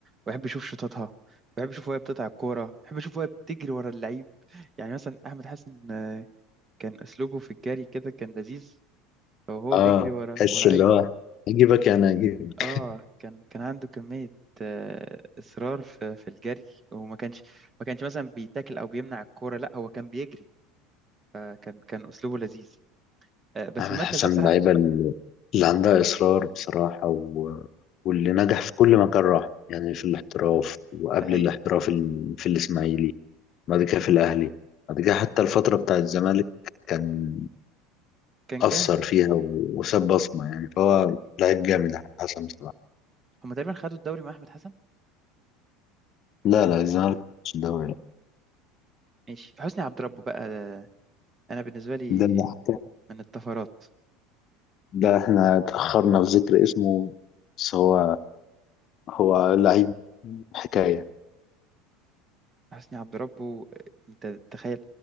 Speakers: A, on the right (about 30°); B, on the left (about 45°).
A: ويحب يشوف شوطاتها ويحب يشوف وهي بتقطع الكوره ويحب يشوف وهي بتجري ورا اللعيب يعني مثلا احمد حسن آه، كان اسلوبه في الجري كده كان لذيذ وهو
B: آه
A: بيجري ورا
B: تحس
A: ورا
B: اللي
A: اي
B: هو أجيبك يعني أجيبك
A: اه كان كان عنده كمية آه، إصرار في في الجري وما كانش ما كانش مثلا بيتاكل أو بيمنع الكورة لا هو كان بيجري فكان كان أسلوبه لذيذ آه، بس
B: أحمد
A: في المركز
B: حسن
A: ده بصراحة
B: من اللعيبة اللي اللي عندها إصرار بصراحة و... واللي نجح في كل مكان راح يعني في الاحتراف وقبل
A: ده حقيقي
B: الاحتراف ال- في الإسماعيلي بعد كده في الأهلي بعد كده حتى الفترة بتاعة الزمالك كان
A: كان
B: أثر
A: جامد
B: فيها و... وساب بصمة يعني فهو
A: ده حقيقي
B: لعيب جامد أحمد حسن بصراحة
A: هما تقريبا خدوا الدوري مع أحمد حسن
B: لا لا الزمالك مش الدوري لا.
A: ماشي حسني عبد ربه بقى آه، أنا بالنسبة لي
B: ده اللي حكى
A: من الطفرات
B: ده احنا اتأخرنا في ذكر اسمه بس هو هو لعيب حكاية
A: حسني عبد ربه آه، أنت تخيل